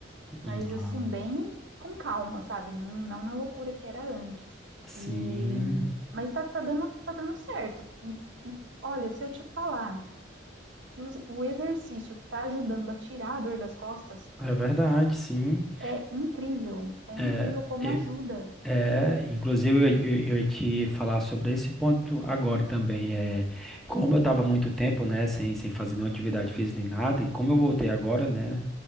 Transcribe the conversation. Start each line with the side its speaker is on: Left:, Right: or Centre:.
Centre: Ah,
Right: mas assim, bem com calma, sabe? Não, não na loucura que era antes.
Centre: sim.
Right: E mas tá, tá dando tá dando certo. E, e olha, se eu te falar que o, o exercício tá ajudando a tirar a dor das costas,
Centre: É verdade, sim.
Right: é incrível. É incrível
Centre: É,
Right: como
Centre: é,
Right: ajuda.
Centre: é, inclusive, eu, eu, eu ia te falar sobre esse ponto agora também. É, como eu estava muito tempo, né, sem, sem fazer nenhuma atividade física nem nada, e como eu voltei agora, né,